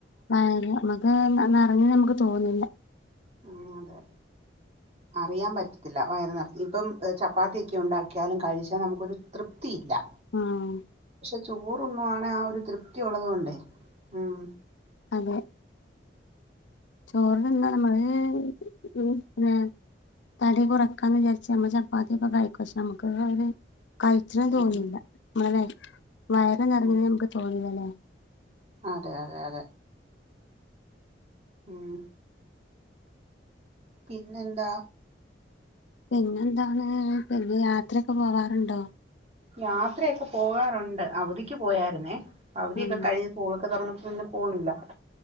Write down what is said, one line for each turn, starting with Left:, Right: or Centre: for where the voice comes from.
Left: ആ ഇല്ല നമുക്ക് നിറഞ്ഞന്ന് നമുക്ക് തോന്നില്ല
Right: ആ അതെ അറിയാൻ പറ്റത്തില്ല വയറ് നിറഞ്ഞ ഇപ്പം ചപ്പാത്തിയൊക്കെ ഉണ്ടാക്കിയാലും കഴിച്ചാൽ നമുക്കൊരു തൃ തൃപ്തി ഇല്ല
Left: ആഹ്
Right: പക്ഷേ ചോറുണ്ണുവാണേ ആ ഒരു തൃപ്തി ഉള്ളത് കൊണ്ടേ ഉം
Left: അതെ ചോറ് തിന്നാ നമ്മള് പിന്നെ തടി കുറക്കാന്ന് വിചാരിച്ച് നമ്മ ചപ്പാത്തിയൊക്കെ കഴിക്കുക്ഷെ നമ്മുക്ക് അര കഴിച്ചണം തോന്നില്ല
Right: ഉം,
Left: നമ്മളെ വയറ് നിറഞ്ഞന്ന്
Right: ഉം.
Left: നമുക്ക് തോന്നിലല്ലേ. <inaudible>
Right: അതെ അതെ അതെ. ഉം. പിന്നെന്താ?
Left: പിന്നെന്താണ് പിന്നെ യാത്രയൊക്കെ പോവാറുണ്ടോ?
Right: യാത്രയൊക്കെ പോകാറുണ്ട് അവധിക്ക് പോയാരുന്നേ അവധിയൊക്കെ
Left: ഉം
Right: കഴിഞ്ഞ് സ്കൂളൊക്കെ തുറന്ന പിന്ന പോന്നില്ല